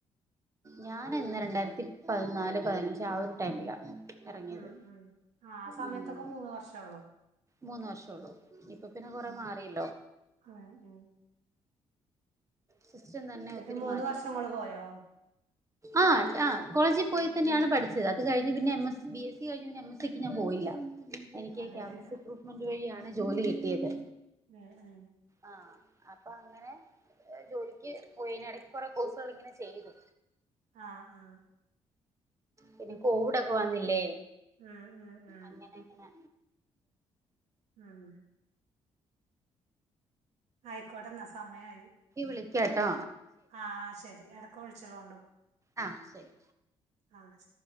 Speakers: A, on the right; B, on the right.
A: ഞാനെന്നാ രണ്ടായിരത്തി പതിനാല് പതിനഞ്ച് ആ ഒരു ടൈമിലാ എറങ്ങിയത്
B: ഉം ഉം ആഹ് സമയത്തൊക്കെ
A: ഉം
B: മൂന്ന് വർഷള്ളൂ
A: മൂന്ന് വർഷള്ളൂ ഇപ്പൊ പിന്നെ കൊറെ
B: ഉം
A: മാറിയല്ലോ
B: ഉം ഉം
A: സിസ്റ്റം തന്നെ
B: എന്നിട്ട്
A: ഒത്തിരി
B: മൂന്ന്
A: മാറ്റവുണ്ട്
B: വർഷം ഇങ്ങള് പോയോ
A: ആഹ് റ്റാ കോളേജി പോയി തന്നെയാണ് പഠിച്ചത് അത് കഴിഞ്ഞു പിന്നെ M S B S C കഴിഞ് പിന്നെ എം എസിക്ക് ഞാൻ പോയില്ല എനിക്ക്
B: അതെല്ലേ
A: ക്യാമ്പസ് ക്രൂട്ട്മെന്റ് വഴിയാണ് ജോലി കിട്ടിയത്
B: ഏഹ് ഏഹ്
A: ആ അപ്പൊ അങ്ങനെ ജോലിക്ക് പോയിനിടക്ക് കൊറെ കോഴ്സുകൾ ഇങ്ങനെ ചെയ്തു
B: ആഹ് ആഹ്
A: പിന്നെ കോവിഡൊക്കെ വന്നില്ലേ
B: ഉം ഉം ഉം
A: അങ്ങനെ അങ്ങനെ
B: ഉം ആയിക്കോട്ടെന്നാ സമയായി
A: വിളിക്ക ട്ടോ
B: ആഹ് ശരി എടക്ക് വിളിചോളുണ്ടു
A: ആ ശരി
B: ആ ശ